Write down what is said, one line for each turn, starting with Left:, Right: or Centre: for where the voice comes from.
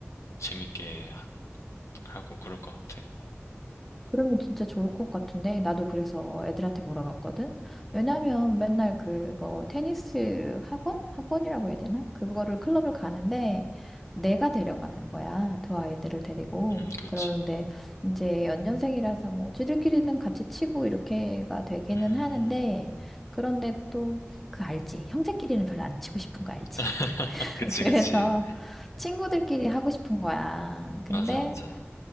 Left: 재밌게 하- 하고 그럴 것 같아.
Centre: 그러면 진짜 좋을 것 같은데 나도 그래서 애들한테 물어봤거든. 왜냐면 맨날 그거 테니스 학원? 학원이라고 해야 되나? 그거를 클럽을 가는데 내가 데려가는 거야. 두 아이들을 데리고.
Left: 음, 그렇지.
Centre: 그러는데 이제 연년생이라서 뭐 쟤들끼리는 같이 치고 이렇게가 되기는
Left: 음,
Centre: 하는데 그런데 또 그 알지. 형제끼리는 별로 안 치고 싶은 거 알지.
Left: <laughs>
Centre: <laughs>
Left: 그치,
Centre: 그래서
Left: 그치.
Centre: 친구들끼리 하고 싶은 거야. 근데
Left: 맞아, 맞아.